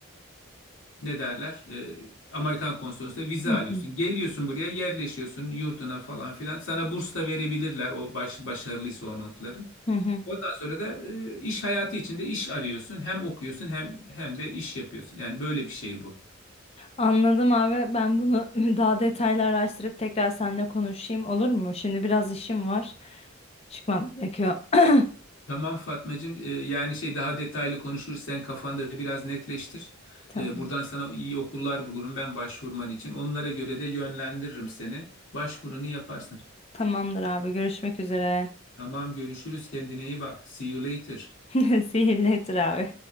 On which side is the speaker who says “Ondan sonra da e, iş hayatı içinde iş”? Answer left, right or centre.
Left